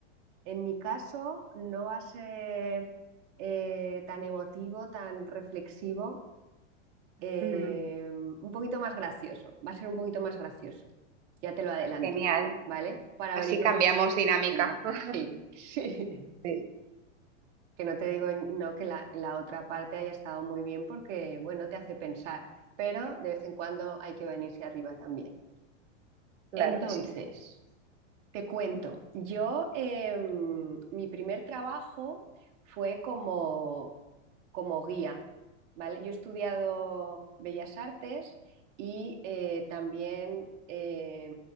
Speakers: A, on the right (about 30°); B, on the right (about 65°).
A: en mi caso no va a ser eh, tan emotivo, tan reflexivo, em,
B: Ujú,
A: un poquito más gracioso, va a ser un poquito más gracioso, ya te lo adelanto,
B: Genial.
A: ¿vale? Para
B: Así
A: venirnos
B: cambiamos
A: un poco
B: dinámica.
A: más arriba.
B: <laughs>
A: Sí, <laughs> sí.
B: Sí,
A: que no te digo no que la, la otra parte haya estado muy bien porque, bueno, te hace pensar, pero de vez en cuando hay que venirse arriba también.
B: claro
A: Entonces,
B: que sí.
A: te cuento, yo, eh, mi primer trabajo fue como como guía, ¿vale? Yo he estudiado Bellas Artes y eh, también eh,